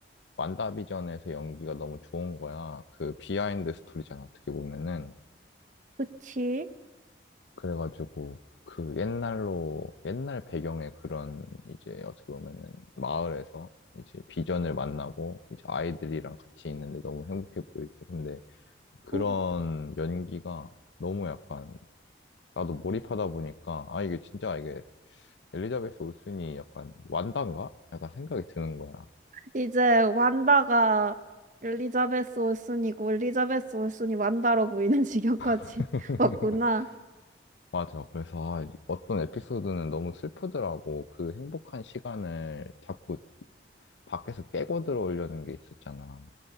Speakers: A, on the left; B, on the right.
A: 완다비전에서 연기가 너무 좋은 거야. 그 비하인드 스토리잖아, 어떻게 보면은.
B: 그치.
A: 그래가지고, 그 옛날로, 옛날 배경의 그런, 이제 어떻게 보면은, 마을에서 이제 비전을 만나고, 이제 아이들이랑 같이 있는데 너무 행복해 보이고, 근데 그런
B: 응.
A: 연기가 너무 약간 나도 몰입하다 보니까, 아, 이게 진짜 이게 엘리자베스 올슨이 약간 완단가? 약간 생각이 드는 거야.
B: 이제 완다가 엘리자베스 올슨이고, 엘리자베스 올슨이 완다로 보이는 <laughs> 지경까지
A: <laughs>
B: 왔구나.
A: 맞아. 그래서 아, 어떤 에피소드는 너무 슬프더라고. 그 행복한 시간을 자꾸 밖에서 깨고 들어오려는 게 있었잖아.